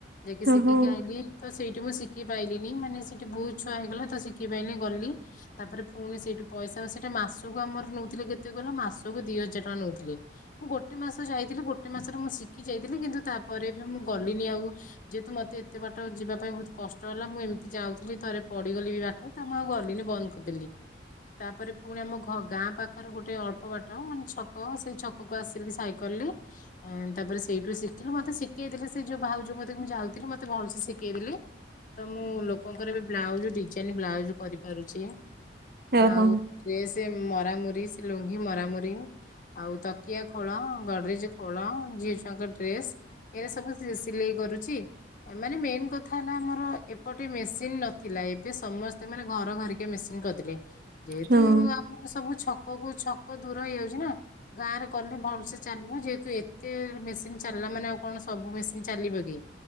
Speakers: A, on the left; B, on the right.
A: ଯାଇକି
B: ଓହୋ
A: ଶିଖିକି ଆଇଲି। ତ ସେଇଠି ମୁଁ ଶିଖି ପାଇଲିିନି ମାନେ ସେଇଠି ବହୁତ ଛୁଆ ହେଇଗଲା ତ ଶିଖି ପାଇଲିିନି ଗଲି ତାପରେ ପୁଣି ସେଇଠୁ ପଇସା ସେଇଟା ମାସକୁ ଆମର ନେଉଥିଲେ କେତେ କହିଲ ମାସକୁ ଦିଇ ହଜାର। ନଉଥିଲେ ମୁଁ ଗୋଟେ ମାସ ଯାଇଥିଲି ଗୋଟେ ମାସରେ ମୁଁ ଶିଖି ଯାଇଥିଲି। କିନ୍ତୁ ତାପରେ ମୁଁ ଗଲିନି ଆଉ ଯେହେତୁ ମତେତେ ବା ପାଠ ଯିବା ପାଇଁ ବହୁତ କଷ୍ଟ ହେଲା। ମୁଁ ଏମିତି ଯାଉଥିଲି ଥରେ ପଡିଗଲି ବି ତ ମୁଁ ଆଉ ଗଲିନି ବନ୍ଦ କରିଦେଲି। ତାପରେ ପୁଣି ଆମ ଘ ଗାଁ ପାଖରେ ଗୋଟେ ଅଳ୍ପ ବାଟ ମାନେ ହଁ ସେଇ ଛକ କୁ ଆସିଲି ସାଇକେଲରେ। ତାପରେ ସେଇଠୁ ଶିଖିଲି ମତେ ଶିଖେଇ ଦେଲେ। ସେ ଯୋଉ ଭାଉଜ ଯୋଉ ମତେ ମୁଁ ଯାଉଥିଲି ମତେ ଭଲସେ ଶିଖେଇ ଦେଲେ। ତ ମୁଁ ଲୋକଙ୍କର ବି ବ୍ଲାଉଜ ଡିଜାଇନ ବ୍ଲାଉଜ କରିପାରୁଚି।
B: ଓହୋ
A: ଆଉ ତ୍ରେସ ମରାମୁରି, ଲୁଙ୍ଗି ମରାମୁରି ଆଉ ତକିଆ ଖୋଳ, ଗଡରେଜ ଖୋଳ, ଝିଅଛୁଆଙ୍କ ଡ୍ରେସ, ଏଇରା ସବୁ ସିଲେଇ କରୁଚି। ମାନେ ମେନ୍ କଥା ହେଲା ଆମର ଏପଟେ ମେସିନ ନଥିଲା ଏବେ ସମସ୍ତେ ମାନେ ଘର ଘରେ କେ ମେସିନ୍ କରିଦେଲେ। ଯେହେତୁ
B: ହଁ
A: ଆମର ସବୁ ଛକ କୁ ଛକ ଦୂର ହେଇଯାଉଛି ନା। ଗାଁ ରେ କଲେ ଭଲସେ ଚାଲିବ। ଯେହେତୁ ଏତେ ମେସିନ ଚାଲିଲା ମାନେ ଆଉ କଣ ସବୁ ମେସିନ ଚାଲିବ କି?